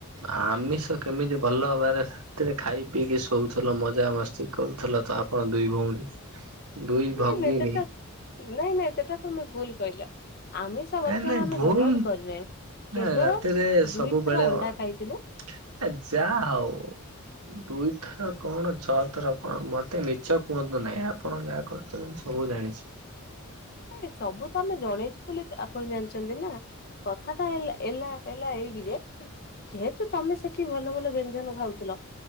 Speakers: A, on the right; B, on the left.
A: ଆମିଷ କେମିତି ଭଲ ହବାରେ ଶାନ୍ତିରେ ଖାଇ ପିଇକି ଶୋଉ ମଜା ମସ୍ତି କରୁଥିଲ ତ ଆପଣ ଦୁଇ ଭଉଣୀ। ଦୁଇ
B: ନାଇଁ
A: ଭଗ୍ଗିନୀ।
B: ନାଇଁ ସେଟା ନାଇଁ ନାଇଁ ସେଟା ତମେ ଭୁଲ କହିଲ। ଆମିଷ ଭକ୍ଷଣ
A: ନାଇ ନାଇଁ
B: ଆମେ
A: ଭୁଲ
B: ଜମା ବି କରିନାହୁଁ
A: ନା
B: କେବଳ
A: ରାତିରେ ସବୁବେଳେ
B: ଦୁଇଥର ଅଣ୍ଡା
A: ଆ
B: ଖାଇଥିଲୁ
A: ଯା ହଉ ଦୁଇଥର କଣ ଛଅ ଥର କଣ ମତେ ମିଛ କୁହନ୍ତୁ ନାହିଁ, ଆପଣ ଯାହା କରୁଛନ୍ତି ମୁଁ ସବୁ ଜାଣିଛି।
B: ଏ ସବୁ ତ ଆମେ ଜଣେଇଛୁ ବୋଲି ଆପଣ ଜାଣିଛନ୍ତି ନା। କଥା ଟା ହେଲା ଏଲା ହେଲା ଏଇଠି ଯେ ଯେହେତୁ ତମେ ସେଠି ଭଲ ଭଲ ବ୍ୟଞ୍ଜନ ଖାଉଥିଲ